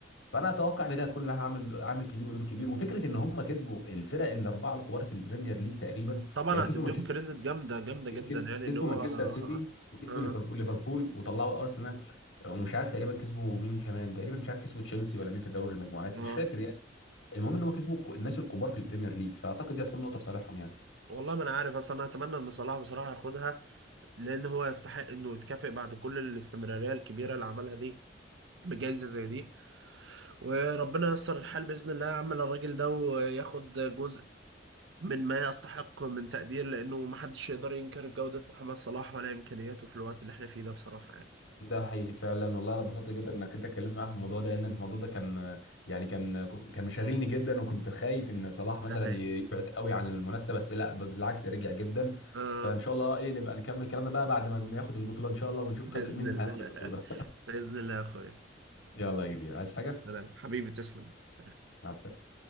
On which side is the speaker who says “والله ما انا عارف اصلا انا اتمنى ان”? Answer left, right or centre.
Right